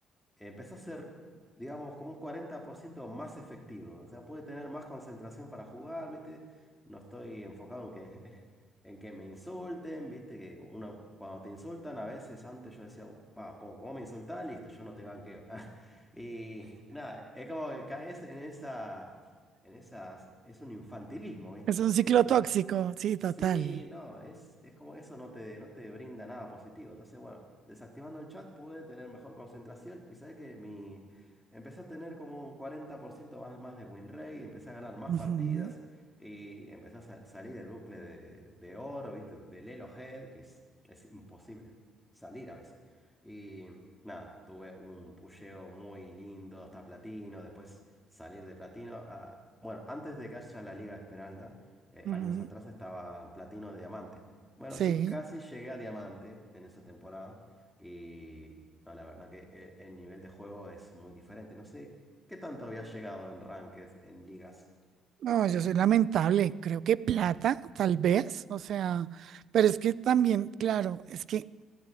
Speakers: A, in the centre; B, on the right (about 65°).
A: empecé a ser, digamos, como un 40% más efectivo. O sea, pude tener más concentración para jugar, ¿viste? No estoy enfocado en que, <laughs> en que me insulten, ¿viste? Que uno, cuando te insultan, a veces antes yo decía, va, vos, vos me insultás, listo, yo no te ganqueo. <laughs> Y nada, es como que caes en esa, en esas, es un infantilismo, ¿viste?
B: Es
A: Porque,
B: un ciclo
A: o sea,
B: tóxico, sí, total.
A: Sí, no, es, es como eso no te, no te brinda nada positivo. Entonces, bueno, desactivando el chat pude tener mejor concentración y sabes que mi... Empecé a tener como un 40% más, más de win rate, empecé a ganar más
B: Ujú,
A: partidas y empecé a sa- salir del bucle de, de oro, ¿viste? Del Elo Hell, que es, es imposible salir a veces. Y nada, tuve un pusheo muy lindo hasta platino, después salir de platino a... Bueno, antes de que haya la Liga Esmeralda eh,
B: ujú.
A: años atrás estaba platino de diamante. Bueno,
B: Sí.
A: sí, casi llegué a diamante en esa temporada y no, la verdad que eh, el nivel de juego es muy diferente. No sé qué tanto había llegado en ranked, en ligas.
B: No, yo soy lamentable. Creo que plata, tal vez. O sea, pero es que también, claro, es que,